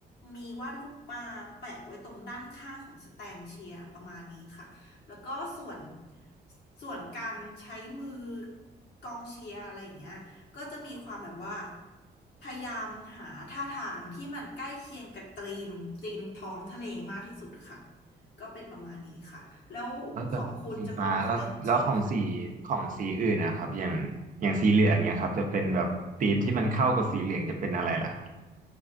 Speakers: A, on the left; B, on the right.
A: มีวาดรูปปลาแปะไว้ตรงด้านข้างของสแตนเชียร์ประมาณนี้ค่ะแล้วก็ส่วนส่วนการใช้มือกองเชียร์อะไรอย่างเงี้ยก็จะมีความแบบว่าพยายามหาท่าทางที่มันใกล้เคียงกับธีมธีมท้องทะเลมากที่สุดค่ะ ก็เป็นประมาณนี้ค่ะ แล้วของคุณจะเป็นสแตนเชียประมาณไหน
B: ก็จะสีฟ้าแล้วแล้วของสีของสีอื่นนะครับอย่างอย่างสีเหลืองเนี้ยครับจะเป็นแบบธีมที่มันเข้ากับสีเหลืองจะเป็นอะไรล่ะครับ